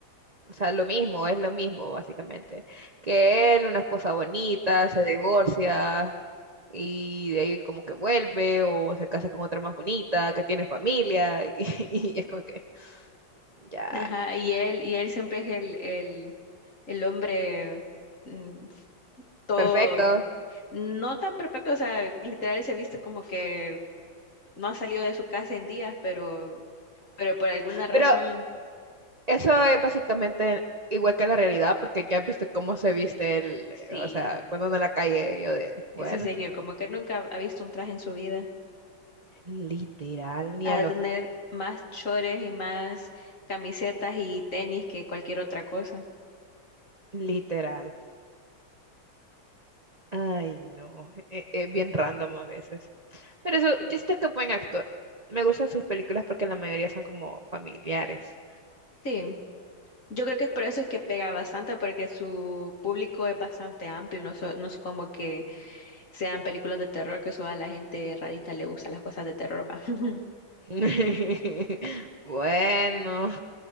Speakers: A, on the right; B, on the left.
A: o sea, lo mismo, es lo mismo, básicamente. Que él, una esposa bonita, se divorcia, y de ahí como que vuelve o se casa con otra más bonita, que tiene familia <laughs> y, es como que ya,
B: Ajá, y él, y él siempre es el, el, el hombre mm, todo
A: perfecto.
B: No tan perfecto, o sea, literal se viste como que no ha salido de su casa en días, pero, pero por alguna razón,
A: Pero eso es básicamente igual que la realidad porque ya viste cómo se viste el,
B: sí,
A: o sea, cuando anda en la calle yo de, bueno,
B: ese señor como que nunca ha visto un traje en su vida.
A: literal, ni
B: Ha
A: a
B: de
A: los,
B: tener más chores y más camisetas y tenis que cualquier otra cosa.
A: literal. Ay, no, es bien random a veces. Pero eso, yo siento que es buen actor. Me gustan sus películas porque la mayoría son como familiares.
B: Sí, yo creo que es por eso es que pega bastante, porque su público es bastante amplio, no, so- no es como que sean películas de terror, que solo a la gente rarita le gusta las cosas de terror, va. <laughs>
A: <laughs> Bueno.